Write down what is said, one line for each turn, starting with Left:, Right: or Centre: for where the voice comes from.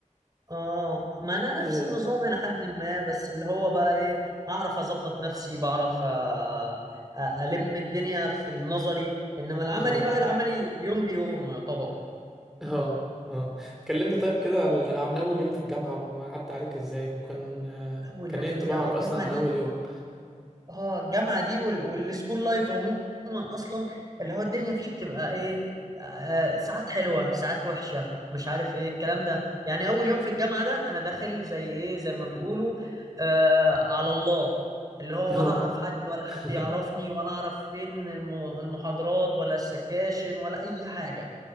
Right: اه ما انا
Centre: ف
Right: نفس
Centre: <laughs>
Right: النظام الى حد ما بس اللي هو بقى ايه اعرف اظبط نفسي بعرف آه، آه، الم الدنيا في النظري انما العملي
Centre: اه
Right: بقى العملي يوم بيوم يعتبر
Centre: اه اه كلمني طيب كده عن عن اول يوم في الجامعة وعدى عليك ازاي وكان آه،
Right: اول
Centre: كان
Right: يوم
Centre: ايه
Right: في
Centre: انطباعك
Right: الجامعه الجامعه
Centre: اصلا عن
Right: دي
Centre: اول يوم
Right: اه الجامعه دي وال... والسكول لايف عموما اصلا اللي هو الدنيا فيه بتبقى ايه آه ساعات حلوه ساعات وحشه مش عارف ايه الكلام ده يعني اول يوم في الجامعه ده انا داخل زي ايه زي ما بيقولوا آه على الله اللي هو
Centre: اه
Right: ولا اعرف حد
Centre: <laughs>
Right: ولا حد يعرفني ولا اعرف فين الم... المحاضرات ولا السكاشن ولا اي حاجه